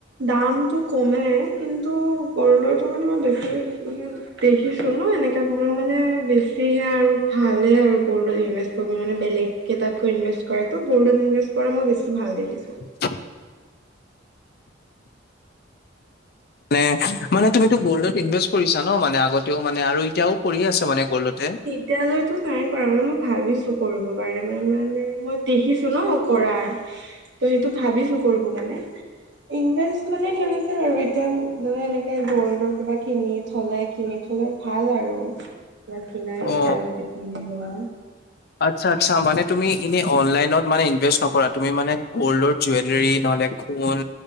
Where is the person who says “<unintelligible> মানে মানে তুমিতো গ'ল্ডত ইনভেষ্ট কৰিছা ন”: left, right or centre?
Left